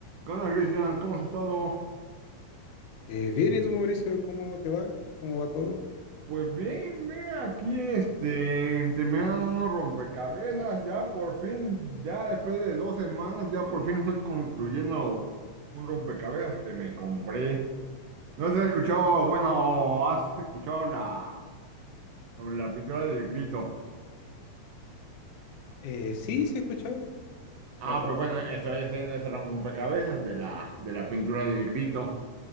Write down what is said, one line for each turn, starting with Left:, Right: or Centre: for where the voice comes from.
Right: ¿Qué onda, Cristian? ¿Cómo has estado?
Left: Eh, bien, ¿y tú, Mauricio? ¿Cómo te va? ¿Cómo va todo?
Right: Pues bien, mira, aquí este, terminando unos rompecabezas, ya por fin, ya después de dos semanas, ya por fin estoy concluyendo un rompecabezas que me compré. No sé si has escuchado, bueno, has escuchado la, sobre la pintura del grito.
Left: Eh, sí, sí he escuchado,
Right: Ah,
Left: la conozco.
Right: pues bueno, estoy haciendo ese rompecabezas de la, de la pintura del grito.